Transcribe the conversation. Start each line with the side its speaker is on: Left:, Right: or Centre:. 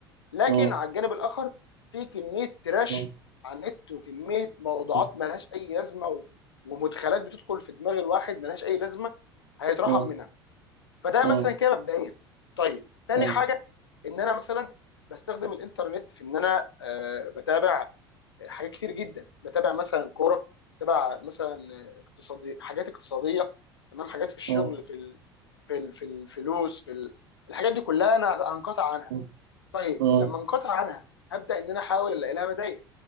Left: لكن
Right: مم.
Left: على الجانب الاخر في كميه تراش
Right: مم.
Left: على النت وكميه موضوعات
Right: مم.
Left: ملهاش اي لازمه و... ومدخلات بتدخل في دماغ الواحد ملهاش اي لازمه هيترحم
Right: مم.
Left: منها فده
Right: مم.
Left: مثلا كده مبدئيا طيب تاني
Right: مم.
Left: حاجه ان انا مثلا بستخدم الانترنت في ان انا آه بتابع حاجات كتير جدا بتابع مثلا كوره بتابع مثلا اقتصادي حاجات اقتصاديه تمام حاجات في الشغل
Right: مم.
Left: في ال... في ال... في الفلوس في ال... الحاجات دي كلها انا هنقطع عنها
Right: مم.
Left: طيب
Right: مم.
Left: لما انقطع عنها هبدا ان انا احاول الاقي لها بدائل